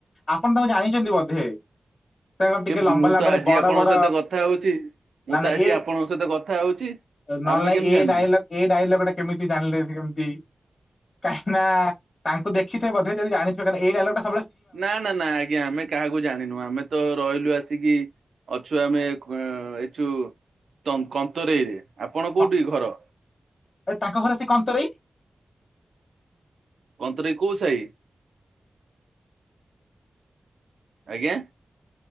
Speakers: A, on the left; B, on the right.
A: ଆପଣ ତାଙ୍କୁ ଜାଣିଚନ୍ତି ବଧେ। ତାଙ୍କର
B: କେମିତି
A: ଟିକେ ଲମ୍ବା
B: ମୁଁ
A: ଲମ୍ବାରେ
B: ତ ଆଜି
A: ବଡ
B: ଆପଣଙ୍କ
A: ବଡ
B: ସହିତ କଥା ହଉଛି। ମୁଁ
A: ନାଁ
B: ତ
A: ନାଁ
B: ଆଜି
A: ଏ
B: ଆପଣଙ୍କ ସହିତ କଥା ହଉଛି।
A: ନଅଲେ
B: ଆଉ ମୁଁ
A: ନାଇଁ
B: କେମିତି
A: ଏ
B: ଜାଣିଲି?
A: ଡାଇଲଗ୍ ଏଇ ଡାଇଲଗ୍ ଟା କେମିତି ଜାଣିଲେ। ସେ ନ୍ତି କାହିଁନା ତାଙ୍କୁ ଦେଖିଥିବେ ବଧେ ଯଦି ଜାଣିଥିବେ କାରଣ ଏଇ ଡାଇଲଗ ଟା
B: ନାଁ ନାଁ ନାଁ ଆଜ୍ଞା ଆମେ କାହାକୁ ଜାଣିନୁ। ଆମେ ତ ରହିଲୁ ଆସିକି ଅଛୁ ଆମେ ଏଛୁ ନ୍ତ କନ୍ତରେଇରେ। ଆପଣ
A: କ
B: କୋଉଠି ଘର?
A: ଏ ତାଙ୍କ ଘର ସେ କନ୍ତରେଇ
B: କନ୍ତରେଇ କୋଉ ସାହି? ଆଜ୍ଞା